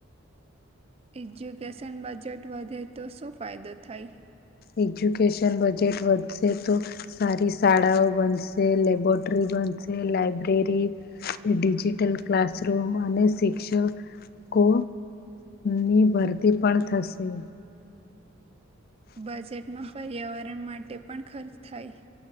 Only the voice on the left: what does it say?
એજ્યુકેશન બજેટ વધશે તો સારી શાળાઓ બનશે, લેબોરેટરી બ લાયબ્રેરી, ડિજિટલ ક્લાસરૂમ અને શિક્ષક કો ની ભરતી પણ થશે.